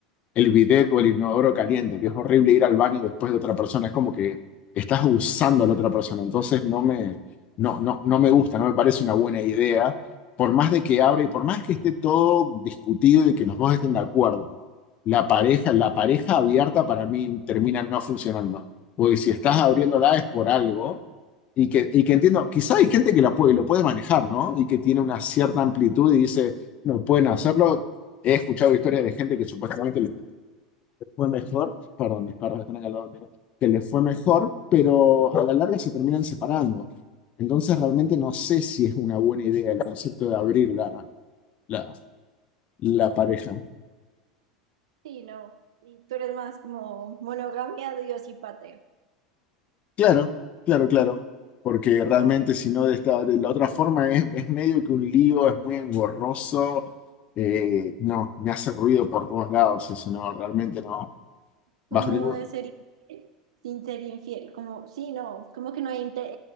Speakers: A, on the left; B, on the right.
A: el bidet o el inodoro caliente, que es horrible ir al baño después de otra persona, es como que estás usando a la otra persona, entonces no me, no, no, no me gusta, no me parece una buena idea, por más de que abra y por más que esté todo discutido y que los dos estén de acuerdo, la pareja, la pareja abierta para mí termina no funcionando, porque si estás abriéndola es por algo. Y que, y que entiendo, quizá hay gente que la puede, lo puede manejar, ¿no? Y que tiene una cierta amplitud y dice, no pueden hacerlo. He escuchado historias de gente que supuestamente fue mejor, perdón, mis perros están acá al lado mío, que le fue mejor, pero a la larga se terminan separando. Entonces realmente no sé si es una buena idea el concepto de abrir la, la, la pareja.
B: Sí, no. Y tú eres más como monogamia, Dios y patria.
A: Claro, claro, claro. Porque
B: yo,
A: realmente si no de esta, de la otra forma es, es medio que un lío, es muy engorroso. eh, no, me hace ruido por todos lados, eso no, realmente no.
B: como
A: Bajo ningún,
B: de ser infiel sin ser infiel, como, sí, no, como que no hay inte-